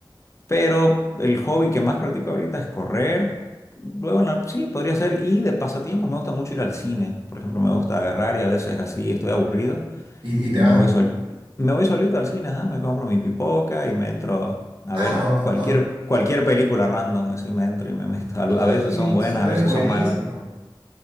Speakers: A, on the left; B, on the right.
A: pero el hobby que más practico ahorita es correr. Luego, en la- sí, podría ser, y de pasatiempos me gusta mucho ir al cine, por ejemplo, me gusta agarrar y a veces así estoy aburrido.
B: Y, y te
A: Y me
B: vas.
A: voy sol- me voy solito al cine, ajá, me compro mi pipoca y me entro a ver
B: Ah,
A: cualquier,
B: o- o-
A: cualquier película random, así me entro y me meto. Al-
B: eso
A: A veces son buenas, a
B: es
A: veces
B: buenísimo.
A: son malas.